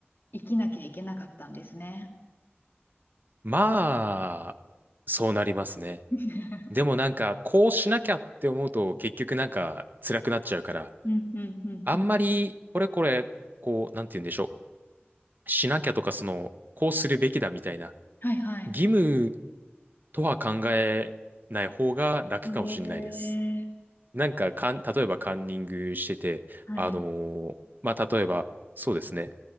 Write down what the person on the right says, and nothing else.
まあ、そうなりますね。
でもなんか、こうしなきゃって思うと、結局なんか、辛くなっちゃうから、
あんまり、これこれ、こう、なんて言うんでしょう。しなきゃとか、その、こうするべきだみたいな、
義務とは考えない方が楽かもしれないです。
なんか、かん、例えばカンニングしてて、
あのーまあ、例えば、そうですね。